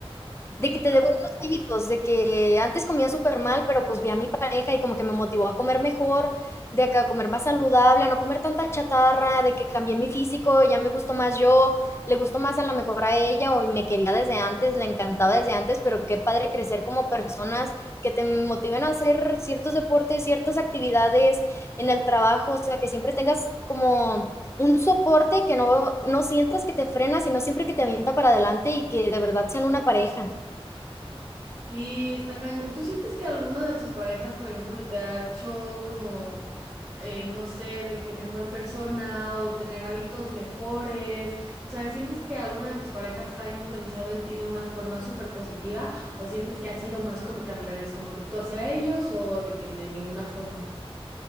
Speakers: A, on the right; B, on the left.
A: sí,
B: De que
A: claro,
B: te devuelvas hábitos, de que antes comía súper mal, pero pues vi a mi pareja y como que me motivó a comer mejor, de que a comer más saludable, a no comer tanta chatarra, de que cambié mi físico, ya me gustó más yo, le gustó más a lo mejor a ella o me quería desde antes, le encantaba desde antes, pero qué padre crecer como personas que te motiven a hacer ciertos deportes, ciertas actividades en el trabajo, o sea, que siempre tengas como un soporte que no, no sientas que te frena, sino siempre que te avienta para adelante y que de verdad sean una pareja.
A: sí, está cañón. ¿Tú sientes que alguna de tus parejas, por ejemplo, te ha hecho como, eh, no sé, de que mejor persona o tener hábitos mejores? O sea, ¿sientes que alguna de tus parejas ha influenciado en ti de una forma súper positiva o sientes que ha sido más como que al revés, como que tú hacia ellos o de que de ninguna forma?